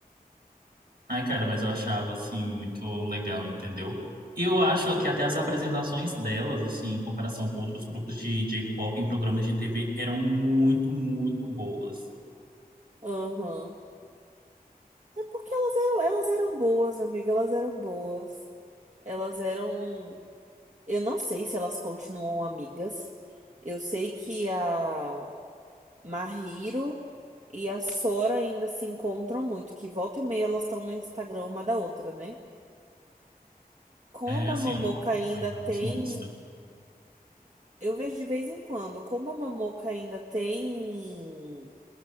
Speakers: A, on the right; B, on the right.
A: Ai, cara, mas eu achava, assim, muito legal, entendeu? E eu acho que até as apresentações delas, assim, em comparação com outros grupos de J-pop em programas de TV, eram muito, muito boas.
B: Aham. É porque elas eram, elas eram boas, amiga, elas eram boas. Elas eram. Eu não sei se elas continuam amigas. Eu sei que a Mahiro e a Sora ainda se encontram muito, que volta e meia elas estão no Instagram uma da outra, né? Como
A: É, assim,
B: a Momoca
A: eu não acompanho
B: ainda tem.
A: elas no Insta.
B: Eu vejo de vez em quando, como a Momoca ainda tem.